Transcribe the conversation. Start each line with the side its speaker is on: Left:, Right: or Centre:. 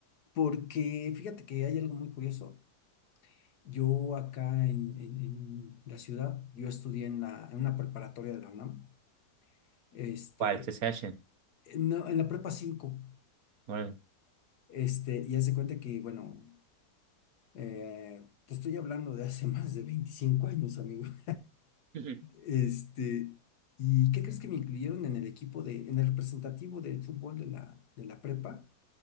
Left: porque fíjate que hay algo muy curioso. Yo acá en, en- en la ciudad, yo estudié en, la, en una preparatoria de la UNAM. este,
Right: ¿Cuál? CCH.
Left: eh, No, en la prepa 5,
Right: Órale.
Left: este, y hace cuenta que, bueno, eh, te estoy hablando de hace <laughs> más de 25 años, amigo. <laughs>
Right: Ujú.
Left: Este, ¿y qué crees que me incluyeron en el equipo de, en el representativo de fútbol de la, de la prepa?